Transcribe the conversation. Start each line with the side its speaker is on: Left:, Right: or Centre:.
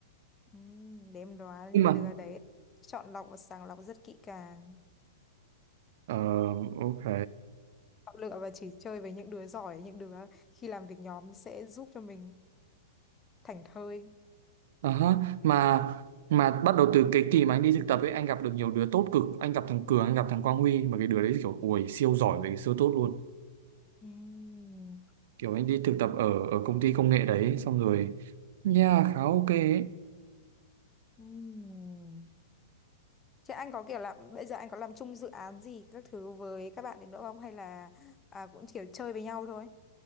Left: Ừm, để em đoán
Right: nhưng
Left: những cái
Right: mà
Left: đứa đấy chọn lọc và sàng lọc rất kỹ càng.
Right: ờ ok
Left: Chọn lựa và chỉ chơi với những đứa giỏi, những đứa khi làm việc nhóm sẽ giúp cho mình thảnh thơi.
Right: Ờ ha. mà mà bắt đầu từ cái kỳ mà anh đi thực tập ấy anh gặp được nhiều đứa tốt cực anh gặp thằng Cường anh gặp thằng Quang Huy mà cái đứa đấy kiểu ui siêu giỏi về siêu tốt luôn
Left: Ừm,
Right: kiểu anh đi thực tập ở ở công ty công nghệ đấy xong rồi yeah khá ok ấy
Left: ừm. Thế anh có kiểu là bây giờ anh có làm chung dự án gì các thứ với các bạn đến nữa không hay là à, cũng kiểu chơi với nhau thôi?